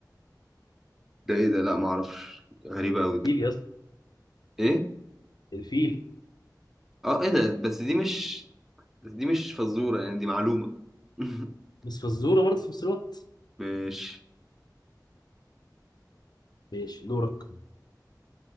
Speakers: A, in the centre; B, on the left.
A: ده ايه ده لا ما اعرفش غريبه قوي
B: الفيل
A: دي
B: يا اسطى
A: ايه
B: الفيل
A: اه ايه ده بس دي مش بس دي مش فزوره يعني دي معلومه <laughs>
B: بس فزوره برضه في نفس الوقت
A: ماشي
B: ماشي دورك